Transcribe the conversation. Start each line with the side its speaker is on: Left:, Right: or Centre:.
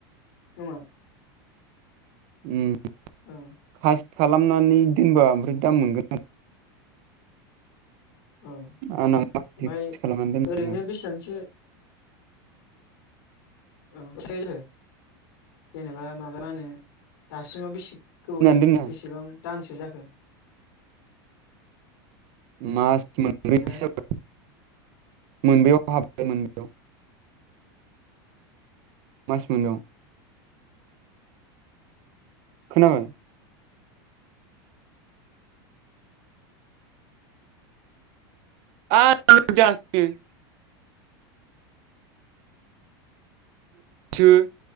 Left: नङा?
Right: उम।
Left: औ।
Right: खासि खालामनानै दोनबा ओमफ्राय
Left: उम
Right: दाम मोनगोन।
Left: औ ओमफ्राय
Right: आंना माखासे खासि खालामनानै दोनदों
Left: ओरैनो बेसेबांसो औ मिथि जबो जेनेबा माबा मा होनो दासिमाव बेसे गोबाव
Right: दोननानै
Left: जाखो
Right: दोना
Left: बेसेबां दानसो जाखो।
Right: मास मोनब्रैसो
Left: हो
Right: जाबाय मोनबयाव हाबबाय मोनबयाव। मास मोनबायाव खोनादों? <unintelligible> <unintelligible>